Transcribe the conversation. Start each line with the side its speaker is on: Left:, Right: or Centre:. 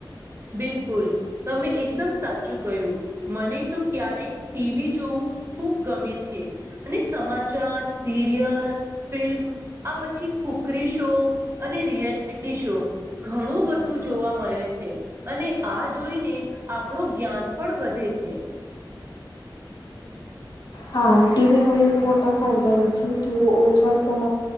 Right: બિલકુલ, તમે એકદમ સાચું કહ્યું. મને તો ક્યારેક ટીવી જોવું ખૂબ ગમે છે. અને સમાચાર સિરિયલ ફિલ્મ આ પછી કુકરી શો અને રિયલિટી શો ઘણું બધું જોવા મળે છે. અને આ જોઈને આપણું જ્ઞાન પણ વધે છે.
Left: હા, ટીવીનો એક મોટા ફાયદા એ છે, કે ઓછા સમ